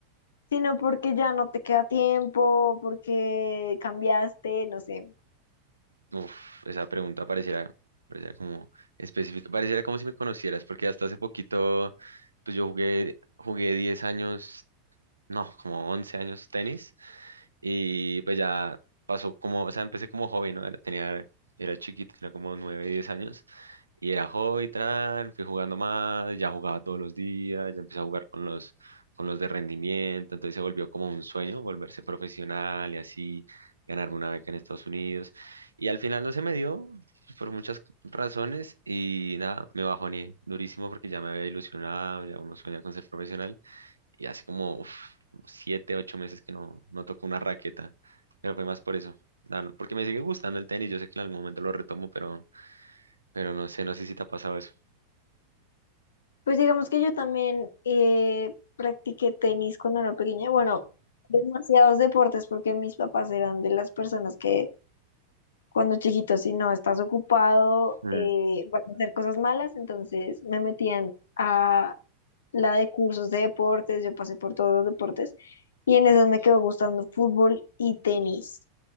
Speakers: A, on the left; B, on the right.
A: sino porque ya no te queda tiempo, porque cambiaste, no sé.
B: Uf, esa pregunta pareciera, pareciera como específica, pareciera como si me conocieras, porque hasta hace poquito, pues yo jugué, jugué 10 años no, como 11 años tenis. Y pues ya pasó como, o sea, empecé como hobby, ¿no? Era, tenía, era chiquito, tenía como 9 10 años. Y era hobby, tran, fui jugando más, ya jugaba todos los días, ya empecé a jugar con los, con los de rendimiento. Entonces se volvió como un sueño volverse profesional y así ganarme una beca en Estados Unidos. Y al final no se me dio pues, por muchas razones y nada, me bajoné durísimo porque ya me había ilusionado, ya uno sueña con ser profesional y hace como uf, siete, ocho meses que no, no toco una raqueta, pero fue más por eso, la- porque me sigue gustando el tenis, yo sé que en algún momento lo retomo, pero, pero no sé, no sé si te ha pasado eso.
A: Pues digamos que yo también eh, practiqué tenis cuando era pequeña. Bueno, demasiados deportes porque mis papás eran de las personas que Cuando chiquito, si no estás ocupado,
B: Mm,
A: eh, vas a hacer cosas malas, entonces me metían a la de cursos de deportes, yo pasé por todos los deportes y en esas me quedó gustando fútbol y tenis.